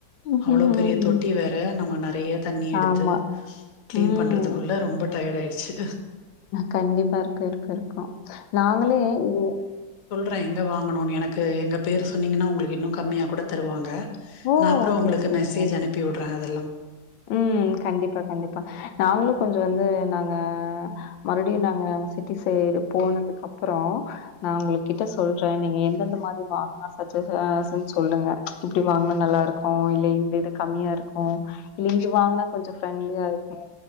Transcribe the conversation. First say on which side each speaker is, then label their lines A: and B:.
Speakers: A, on the left; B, on the left.
A: ம்ஹ்ஹ்ம்.
B: அவ்ளோ பெரிய தொட்டி வேற நம்ம நெறைய தண்ணி எடுத்து
A: ஆமா.
B: கிளீன்
A: ம்.
B: பண்றதுக்குள்ள ரொம்ப டயர்ட் ஆயி ர்ச்சு
A: கண்டிப்பா இருக்கு இருக்கு இருக்கு நாங்களே இது
B: ற எங்கே வாங்கணுனு எனக்கு எங்க பேர் சொன்னிங்கனா உங்களுக்கு இன்னு கம்மியா கூட தருவாங்க
A: ஓ!
B: நா அப்ற
A: ஓகே,
B: உங்களுக்கு
A: ஓகே,
B: மெசேஜ்
A: ஓகே, ஓகே.
B: அனுப்பி உடறே அதெல்லா
A: ம் கண்டிப்பா கண்டிப்பா நாங்களு கொஞ்ச வந்து நாங்க மறுபடியு நாங்க சிட்டி சைடு போனதுக்கு அப்ற நா உங்களுகிட்ட சொல்ற நீங்க எந்தெந்த மாரி வாங்னா சஜ அ ஸன்னு சொல்லுங்க இப்டி வாங்னா நல்லாருக்கு இல்ல இந்ந இது கம்மியா இருக்கு இங்க வாங்னா கொஞ்ச ஃப்ரெண்ட்லியா இருக்கு